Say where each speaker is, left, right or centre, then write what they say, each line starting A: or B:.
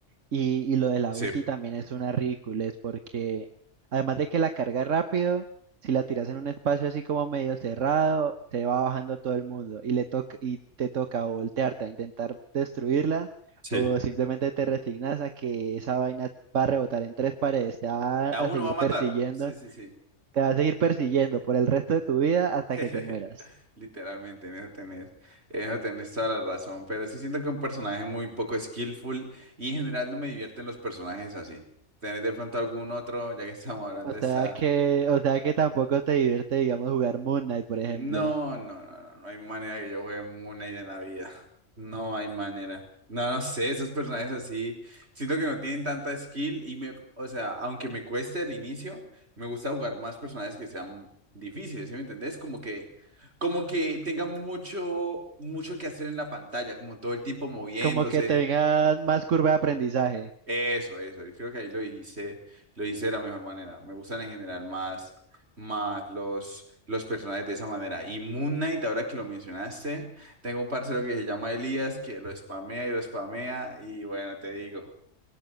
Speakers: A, on the right (about 85°); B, on the right (about 60°).
A: Y, y lo de la
B: Sí,
A: ulti también es una ridiculez porque además de que la carga rápido, si la tiras en un espacio así como medio cerrado, se va bajando todo el mundo y le toca y te toca o voltearte a intentar destruirla
B: sí.
A: o simplemente te resignas a que esa vaina va a rebotar en tres paredes, te va
B: Y
A: a
B: a uno
A: seguir
B: va a matar.
A: persiguiendo,
B: Sí, sí, sí.
A: te va a seguir persiguiendo por el resto de tu vida hasta
B: <laughs>
A: que te mueras.
B: Literalmente, en eso tenés, en eso tenés toda la razón, pero sí siento que un personaje muy poco skillful y en general no me divierten los personajes así. ¿Tenés de pronto algún otro, ya que estamos hablando
A: O
B: de
A: sea
B: esa?
A: que, o sea que tampoco te divierte, digamos, jugar Moon Knight, por ejemplo.
B: No, no, no, no, no hay manera que yo juegue Moon Knight en la vida. No hay manera. No, no sé, esos personajes así, siento que no tienen tanta skill y me, o sea, aunque me cueste al inicio, me gusta jugar más personajes que sean difíciles, ¿sí me entendés? Como que, como que tengan mucho, mucho que hacer en la pantalla, como todo el tiempo moviéndose.
A: Como que tenga más curva de aprendizaje.
B: Eso, eso. Yo creo que ahí lo dijiste, lo hice de la mejor manera. Me gustan en general más, más los, los personajes de esa manera. Y Moon Knight, ahora que lo mencionaste, tengo un parcero que se llama Elías, que lo spamea y lo spamea. Y bueno, te digo,